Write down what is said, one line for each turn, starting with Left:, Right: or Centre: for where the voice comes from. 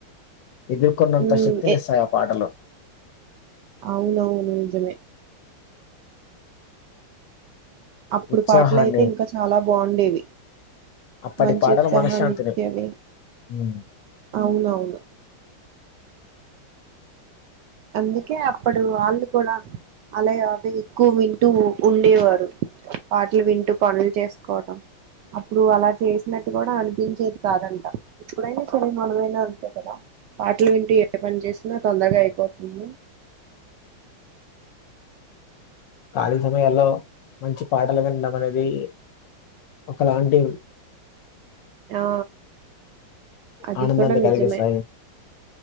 Left: ఎదుర్కొన్నంత
Right: ఉమ్
Left: శక్తిని
Right: ఎ
Left: ఇస్తాయి ఆ పాటలు
Right: అవునవును నిజమే అప్పుడు
Left: ఉత్సాహాన్ని
Right: పాటలు అయితే ఇంకా చాలా బాగుండేవి
Left: అప్పటి
Right: మంచి
Left: పాటలు
Right: ఉత్సాహాన్ని
Left: మనశ్శాంతిని
Right: ఇచ్చేవి
Left: ఉమ్.
Right: అవునవును అందుకే అప్పుడు వాళ్ళు కూడా అలాగే అవి ఎక్కువ వింటూ ఉండేవారు పాటలు వింటూ పనులు చేసుకోవడం అప్పుడు అలా చేసినట్టు కూడా అనిపించేది కాదంట ఇప్పుడైనా సరే మనమైనా అంతే కదా పాటలు వింటి ఏ పని చేసినా తొందరగా అయిపోతుంది
Left: ఖాళీ సమయాల్లో మంచి పాటలు వినడం అనేది ఒకలాంటి
Right: ఆ అది
Left: ఆనందాన్ని
Right: కూడా
Left: కలిగిస్తాయి
Right: నిజమే